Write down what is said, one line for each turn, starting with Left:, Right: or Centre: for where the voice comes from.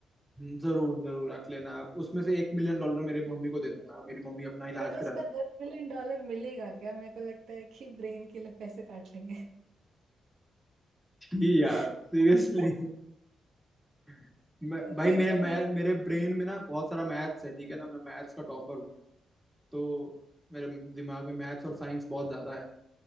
Centre: हम्म, जरूर जरूर रख लेना आप उसमें से एक मिलियन डॉलर मेरे मम्मी को दे देना मेरी मम्मी अपना इलाज
Right: बट उसका
Centre: करा लेगी
Right: दस मिलियन डॉलर मिलेगा क्या मेरे को लगता है कि ब्रेन के लिए पैसे काट लेंगे
Centre: जी यार
Right: <laughs>
Centre: सीरियसली <laughs> मैं
Right: मुझे
Centre: भाई मेरे
Right: तो
Centre: मैं
Right: यही
Centre: मेरे ब्रेन में ना बहुत सारा मैथ्स है ठीक है ना मैं मैथ्स का टॉपर हूँ तो मेरे दिमाग में मैथ्स और साइंस बहुत ज्यादा है